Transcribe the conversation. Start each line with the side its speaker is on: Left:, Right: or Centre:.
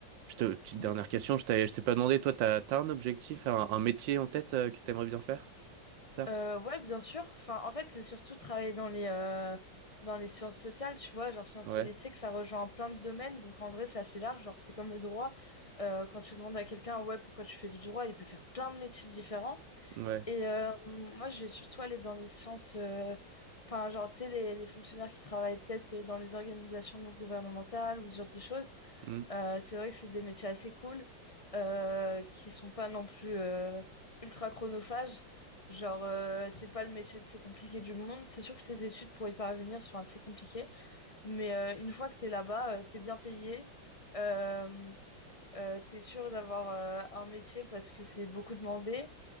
Right: je te, petite
Left: Hmm
Right: dernière question, je t'ai, je t'ai pas demandé, toi, t'as, t'as un objectif, un, un métier en tête euh, que t'aimerais bien faire? plus Tard?
Left: Euh, ouais, bien sûr. Enfin, en fait, c'est surtout travailler dans les, euh, dans les sciences sociales, tu vois, genre sciences
Right: Ouais,
Left: politiques, ça rejoint plein de domaines, donc en vrai, c'est assez large, genre c'est comme le droit. Euh, quand tu demandes à quelqu'un, ouais, pourquoi tu fais du droit, il peut faire plein de métiers différents.
Right: ouais.
Left: Et euh, moi, je vais surtout aller dans les sciences... euh, Enfin, genre, tu sais, les, les fonctionnaires qui travaillent peut-être dans les organisations non gouvernementales ou ce genre de choses.
Right: Hmm.
Left: Euh, c'est vrai que c'est des métiers assez cool, euh, qui sont pas non plus euh, ultra chronophages. Genre, euh, c'est pas le métier le plus compliqué du monde. C'est sûr que les études pour y parvenir sont assez compliquées, mais euh, une fois que t'es là-bas, euh, t'es bien payé, euh, euh, t'es sûr d'avoir euh, un métier parce que c'est beaucoup demandé,